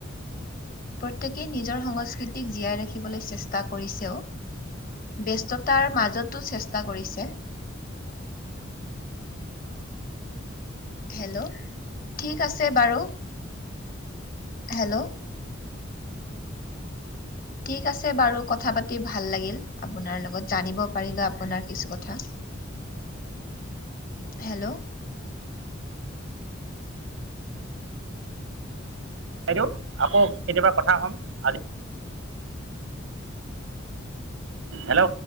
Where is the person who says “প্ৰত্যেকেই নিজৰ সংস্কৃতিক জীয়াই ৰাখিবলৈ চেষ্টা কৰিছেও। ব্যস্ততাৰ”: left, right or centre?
Left